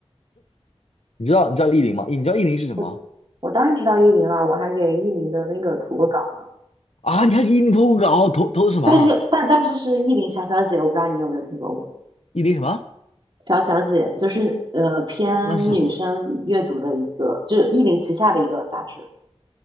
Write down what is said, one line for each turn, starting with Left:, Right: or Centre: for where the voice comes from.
Left: 你知道你知道意林吗？你知道意林是什么
Right: 我我当然知道意林了，我还给意林的那个投过稿呢。
Left: 啊？你还给意林投稿，投投的什么啊？
Right: 但是但但是是意林小小姐，我不知道你有没有听说过。
Left: 意林什么？
Right: 小小姐就是呃偏女生阅读的一个，
Left: 那是什么？
Right: 就是意林旗下的一个杂志，